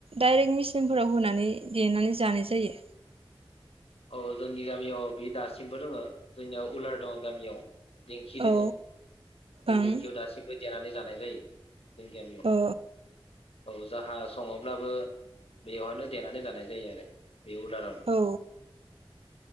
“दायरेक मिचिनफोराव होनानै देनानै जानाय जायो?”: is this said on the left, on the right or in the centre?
Right